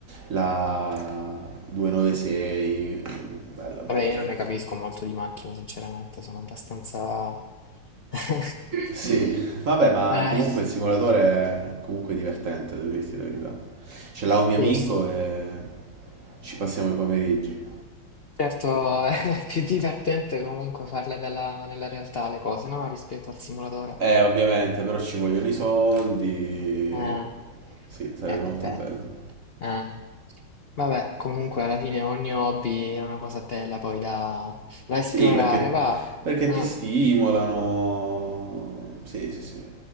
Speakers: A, on the right (about 50°); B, on the left (about 85°).
A: La 296, bella, bella,
B: Vabbè, io
A: bella.
B: non ne
A: bella.
B: capisco molto di macchine, sinceramente, sono abbastanza... <laughs>
A: Sì, vabbè, ma
B: Eh,
A: comunque il simulatore è comunque divertente, devo dirti la verità. Ce l'ha un mio
B: sì,
A: amico
B: s-
A: e ci passiamo i pomeriggi.
B: certo, <laughs> è più divertente comunque farle dalla- nella realtà le cose, no? Rispetto al simulatore.
A: Eh, ovviamente, però ci vogliono i soldi.
B: Ah,
A: Sì, sarebbe
B: eh, va
A: molto
B: bene.
A: bello.
B: Ah. Vabbè, comunque alla fine ogni hobby è una cosa bella poi da, da esplorare,
A: Sì, perché,
B: va.
A: perché
B: Ah,
A: ti stimolano. Sì, sì, sì.